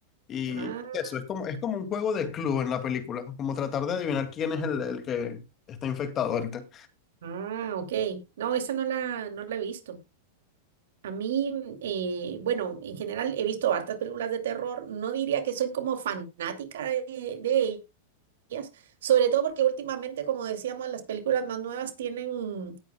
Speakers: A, on the left; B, on the right.
A: Y
B: ah,
A: eso, es como, es como un juego de club en la película, como tratar de adivinar quién es el, el que está infectado ahorita.
B: ah, ok. No, esa no la, no la he visto. A mí, eh, bueno, en general he visto hartas películas de terror. No diría que soy como fanática de, de tecnologías, sobre todo porque últimamente, como decíamos, las películas más nuevas tienen